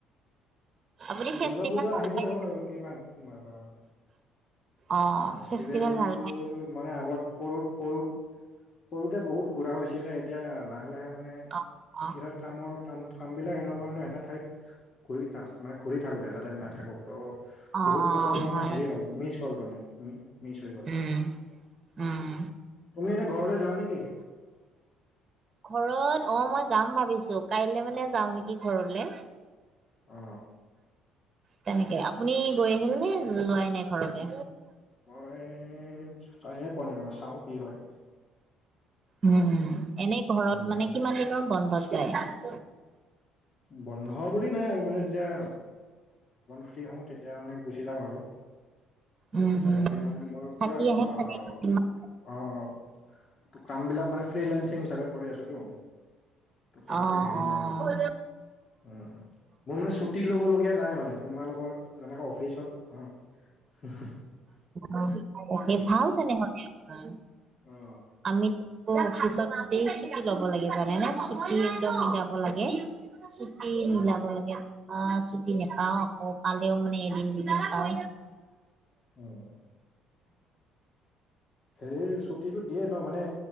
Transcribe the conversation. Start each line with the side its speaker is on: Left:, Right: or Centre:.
Right: আপুনি
Left: অ'!
Right: ফেষ্টিভেল
Left: দুৰ্গা পুজা
Right: ভাল
Left: আহিবই
Right: পায়
Left: হ'ল আৰু কেইমাহ তোমাৰ আৰু!
Right: অ
Left: ফেষ্টিভেল
Right: ভাল পায়
Left: মানে, আগত সৰুত-সৰুত, সৰুতে বহুত ঘূৰা হৈছিলে। এতিয়া, লাহে-লাহে মানে,
Right: অ অ
Left: কি হয়, কামৰ, কাম-কামবিলাক এনেকুৱা নহয়, এটা ঠাইত, <unintelligible> ঘূৰি থাকোঁ, এটা ঠাইত নাথাকোঁ। ত'
Right: অ
Left: বহুত
Right: অ
Left: বছৰ মানে,
Right: হয়
Left: হেৰি হ'ল, মিচ হ'ল মানে। মিছ হৈ গ'ল।
Right: উম উম
Left: তুমি এনে ঘৰলৈ যোৱা নেকি?
Right: ঘৰত, অ'! মই যাম ভাবিছোঁ! কাইলৈ মানে, যাওঁ নেকি ঘৰলে।
Left: অ
Right: তেনেকে, আপুনি গৈ আহিল নে, যোৱাই নাই? ঘৰলে।
Left: মই টাইমে পোৱা নাই, ৰ' চাওঁ কি হয়!
Right: উম! এনেই, ঘৰত
Left: উম
Right: মানে, কিমান দিনৰ বন্ধত যায়?
Left: বন্ধ বুলি নাই আৰু মানে যেতিয়া ফ্ৰী হওঁ তেতিয়া মানে গুচি যাওঁ আৰু
Right: উম
Left: তেনেকে
Right: উম
Left: মানে মই পুৰা
Right: থাকি আহে
Left: আহ
Right: চাগে কেইদিনমান
Left: অ', অ', ত' কাম বিলাক মানে ফ্ৰী লেঞ্চিং হিচাপে কৰি আছো তো। ত 'তেনেকে
Right: অ
Left: হেৰি
Right: অ অ
Left: নাই মানে। উম, মোৰ মানে ছুটি ল'ব লগীয়া নাই মানে। তোমালোকৰ যেনেকে অফিচত অ'।
Right: অ', অ', তাকেই
Left: উম
Right: ভাল তেনেহলে অ'।
Left: অ'।
Right: আমি অ', অফিচত গোটেই ছুটি ল'ব লাগে জানে ন ছুটি একদম মিলাব লাগে। ছুটি
Left: উম
Right: মিলাব লাগে আ ছুটি নেপাওঁ। অ', পালেও মানে হেৰি দে পাওঁ।
Left: উম। হেৰিৰ ছুটীটো দিয়ে ন মানে